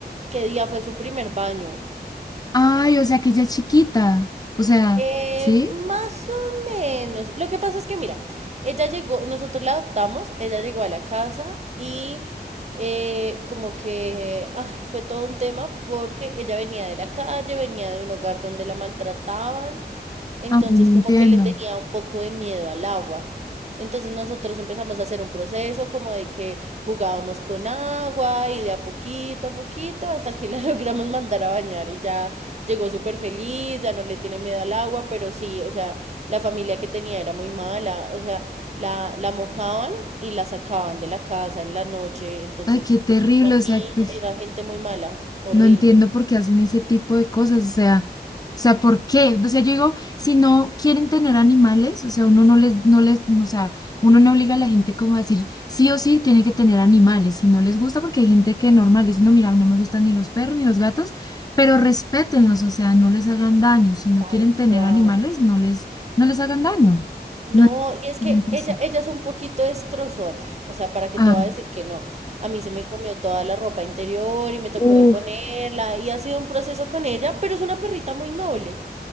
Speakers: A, on the right (about 40°); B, on the left (about 20°).
A: ¿qué día fue su primer baño?
B: Ay, o sea, que ella es chiquita. O sea,
A: Eh,
B: ¿sí?
A: más o menos. Lo que pasa es que, mira, ella llegó, nosotros la adoptamos, ella llegó a la casa y eh, como que ay, fue todo un tema porque ella venía de la calle, venía de un hogar donde la maltrataban, entonces
B: Ay, no
A: como
B: entiendo.
A: que le tenía un poco de miedo al agua. Entonces nosotros empezamos a hacer un proceso como de que jugábamos con agua y de a poquito a poquito hasta que <laughs> la logramos mandar a bañar y ya llegó súper feliz, ya no le tiene miedo al agua, pero sí, o sea, la familia que tenía era muy mala, o sea, la, la mojaban y la sacaban de la casa en la noche, entonces,
B: Ay, qué terrible.
A: pues imagina,
B: O sea, que-
A: era gente muy mala, horrible.
B: No entiendo por qué hacen ese tipo de cosas, o sea, o sea, ¿por qué? O sea, yo digo, si no quieren tener animales, o sea, uno no les, no les, o sea, uno no obliga a la gente como a decir, sí o sí tiene que tener animales, si no les gusta, porque hay gente que normal dice, no, mira, no me gustan ni los perros ni los gatos, pero respétenlos, o sea, no les hagan daño, si no
A: Tal
B: quieren tener
A: cual.
B: animales, no les, no les hagan daño.
A: No,
B: No, entiendo
A: y es
B: a
A: que
B: la gente
A: ella,
B: así.
A: ella es un poquito destrozona, o sea, ¿para qué
B: Ah,
A: te va a decir que no? A mí se me comió toda la ropa interior y me tocó
B: Uf,
A: reponerla y ha sido un proceso con ella, pero es una perrita muy noble.